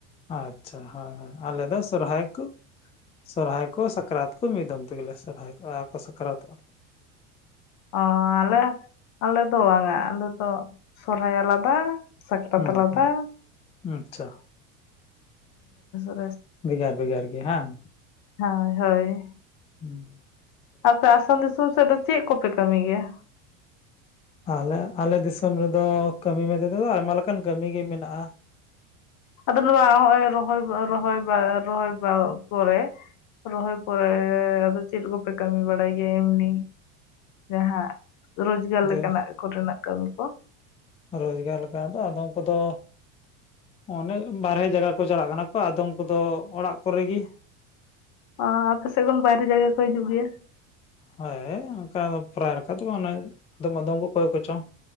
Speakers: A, on the left; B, on the left.
A: ᱟᱪᱪᱷᱟ ᱦᱟᱸ ᱦᱟᱸ ᱟᱞᱮ ᱫᱚ ᱥᱚᱨᱦᱟᱭ ᱠᱚ ᱥᱚᱨᱦᱟᱭ ᱠᱚ ᱥᱟᱠᱨᱟᱛ ᱠᱚ ᱢᱤᱫ ᱫᱚᱢ ᱛᱮ ᱜᱮ ᱞᱮ ᱥᱚᱨᱦᱟᱭ ᱠᱚᱜ-ᱟ ᱟᱨ ᱠᱚ ᱥᱟᱠᱨᱟᱛᱚᱜ-ᱟ᱾
B: ᱚᱸ ᱟᱞᱮ ᱟᱞᱮ ᱫᱚ ᱵᱟᱝᱟ ᱟᱞᱮ ᱫᱚ ᱥᱚᱨᱦᱟᱭ ᱟᱞᱟᱫᱟ ᱥᱟᱠᱨᱟᱛ
A: ᱦᱩᱸ
B: ᱟᱞᱟᱫᱟ
A: ᱦᱩᱸ ᱟᱪᱪᱷᱟ
B: <inaudible>
A: ᱵᱷᱮᱜᱟᱨ ᱵᱷᱮᱜᱟᱨ ᱜᱮ ᱦᱟᱸᱝ?
B: ᱦᱳᱭ ᱦᱳᱭ᱾
A: ᱦᱩᱸ᱾
B: ᱟᱯᱮ ᱟᱥᱟᱱ ᱫᱤᱥᱚᱢ ᱥᱮᱜ ᱫᱚ ᱪᱮᱫ ᱠᱚ ᱯᱮ ᱠᱟᱹᱢᱤ ᱜᱮᱭᱟ?
A: ᱟᱞᱮ ᱟᱞᱮ ᱫᱤᱥᱚᱢ ᱨᱮ ᱫᱚ ᱠᱟᱹᱢᱤ ᱢᱮᱱᱛᱮ ᱫᱚ ᱟᱭᱢᱟ ᱞᱮᱠᱟᱱ ᱠᱟᱹᱢᱤ ᱜᱮ ᱢᱮᱱᱟᱜ-ᱟ᱾
B: ᱟᱫᱚ ᱱᱚᱣᱟ ᱦᱚᱜ-ᱚᱭ ᱨᱚᱦᱚᱭ ᱵᱟ ᱨᱚᱦᱚᱭ ᱵᱟ ᱯᱚᱨᱮ ᱨᱚᱦᱚᱭ ᱯᱚᱨᱮ ᱟᱫᱚ ᱪᱮᱫ ᱠᱚ ᱯᱮ ᱠᱟᱹᱢᱤ ᱵᱟᱲᱟᱭ ᱜᱮᱭᱟ ᱮᱢᱱᱤ ᱡᱟᱦᱟᱸ ᱨᱚᱡᱽᱜᱟᱨ ᱞᱮᱠᱟᱱᱟᱜ
A: ᱡᱮ
B: ᱠᱚᱨᱮᱱᱟᱜ ᱠᱟᱹᱢᱤ ᱠᱚ?
A: ᱨᱚᱡᱽᱜᱟᱨ ᱞᱮᱠᱟ ᱫᱚ ᱟᱫᱚᱢ ᱠᱚᱫᱚ ᱚᱱᱮ ᱵᱟᱨᱦᱮ ᱡᱟᱭᱜᱟ ᱠᱚ ᱪᱟᱞᱟᱜ ᱠᱟᱱᱟ ᱠᱚ ᱟᱫᱚᱢ ᱠᱚᱫᱚ ᱚᱲᱟᱜ ᱠᱚᱨᱮ ᱜᱤ᱾
B: ᱚᱻ ᱟᱯᱮ ᱥᱮᱫ ᱠᱷᱚᱱ ᱵᱟᱭᱨᱮ ᱡᱟᱭᱜᱟ ᱠᱚ ᱦᱤᱡᱩᱜ ᱜᱮᱭᱟ?
A: ᱦᱳᱭ ᱚᱱᱠᱟ ᱯᱨᱟᱭᱟᱨᱠᱟ ᱞᱮᱠᱟ ᱫᱚ ᱚᱱᱮ ᱟᱫᱚ ᱟᱫᱚᱢ ᱠᱚ ᱚᱠᱚᱭ ᱠᱚᱪᱚᱝ